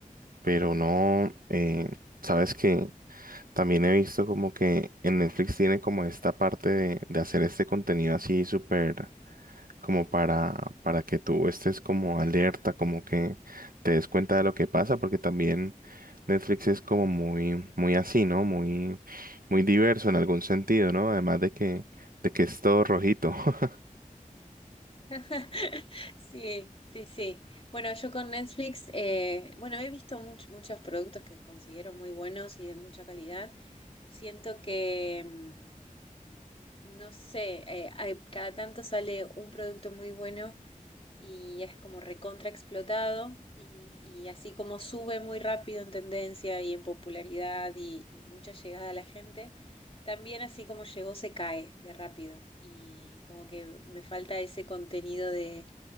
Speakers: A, on the right (about 80°); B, on the left (about 40°).
A: Pero no, eh, sabes que también he visto como que en Netflix tiene como esta parte de, de hacer este contenido así súper como para, para que tú estés como alerta, como que te des cuenta de lo que pasa, porque también Netflix es como muy, muy así, ¿no? Muy, muy diverso en algún sentido, ¿no? Además de que, de que es todo rojito. <laughs>
B: <laughs> Sí, sí, sí. Bueno, yo con Netflix, eh, bueno, he visto much- muchos productos que considero muy buenos y de mucha calidad. Siento que, mm, no sé, eh, hay- cada tanto sale un producto muy bueno y es como recontra explotado y, y así como sube muy rápido en tendencia y en popularidad y, y mucha llegada a la gente, también así como llegó se cae de rápido y como que me falta ese contenido de,